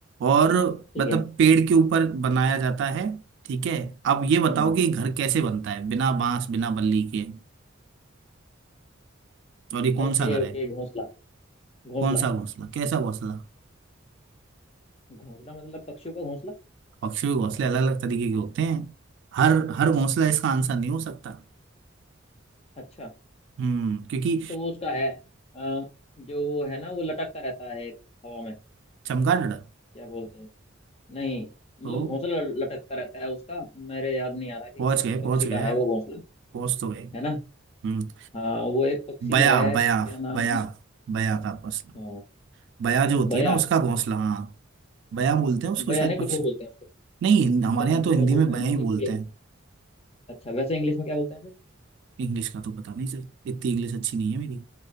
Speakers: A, on the right; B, on the left.
A: और
B: ठीक
A: मतलब
B: है
A: पेड़ के ऊपर बनाया जाता है ठीक है अब ये बताओ
B: हम्म
A: कि ये घर कैसे बनता है बिना बांस बिना बल्ली के और ये कौन
B: ओके
A: सा घर
B: ओके
A: है
B: घोंसला घोंसला
A: कौन सा घोंसला कैसा घोंसला
B: घोंसला मतलब पक्षियों का घोंसला
A: पक्षियों के घोंसले अलग अलग तरीके के होते हैं हर हर घोंसला इसका आंसर नहीं हो सकता
B: अच्छा
A: हम्म क्योंकि
B: तो वो उसका है अ, जो वो है ना वो लटकता रहता है एक हवा में
A: चमगादड़
B: क्या बोलते हैं उसको? नहीं मतलब
A: तो
B: घोंसला लटकता रहता है उसका मेरे याद नहीं आ रहा कि
A: पहुंच
B: किस
A: गए
B: पक्षी
A: पहुंच
B: का
A: गए
B: है
A: आप
B: वो घोंसला
A: पहुंच तो गए
B: है ना
A: हम्म
B: हाँ वो एक पक्षी
A: बया
B: है
A: बया
B: क्या नाम
A: बया
B: है उसका?
A: बया का घोंसला
B: अ,
A: बया जो होती
B: बया
A: है ना उसका घोंसला हाँ बया बोलते हैं उसको
B: बया
A: शायद
B: नहीं
A: पक्षी
B: कुछ और बोलते हैं उसको
A: नहीं हिंद- हमारे
B: पता
A: यहाँ
B: नहीं
A: तो
B: कुछ
A: हिंदी
B: और बोलते
A: में बया
B: हैं मुझे
A: ही बोलते
B: बया
A: हैं
B: अच्छा वैसे इंग्लिश में क्या बोलते हैं उसे?
A: इंग्लिश का तो पता नहीं सर इतनी इंग्लिश अच्छी नहीं है मेरी